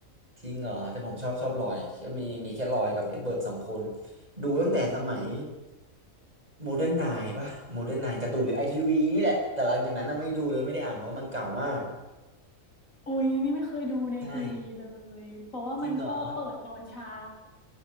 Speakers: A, on the right; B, on the left.
A: จริงเหรอแต่ผมชอบชอบลอยแค่มีมีแค่ลอยกับเอ็ดเบิร์ดสองคนดูตั้งแต่สมัยโมเดิร์นไนน์ป่ะโมเดิร์นไนน์การ์ตูนหรือไอทีวีนี่แหละแต่หลังจากนั้นน่ะไม่ดูเลยไม่ได้อ่านเพราะมันเก่ามาก
B: อุ้ยนี่ไม่เคยดูในทีวีเลย
A: ใช่
B: เพราะว่ามันชอบเปิดตอนเช้า
A: จริงเหรอ